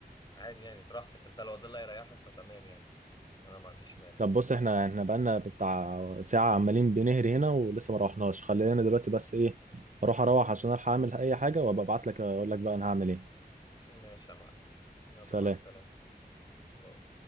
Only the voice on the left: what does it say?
عادي يعني براحتك ده لو ده اللي هيريحك فتمام يعني انا ما عنديش مانع
ماشي يا معلم يلا
مع السلامة باي.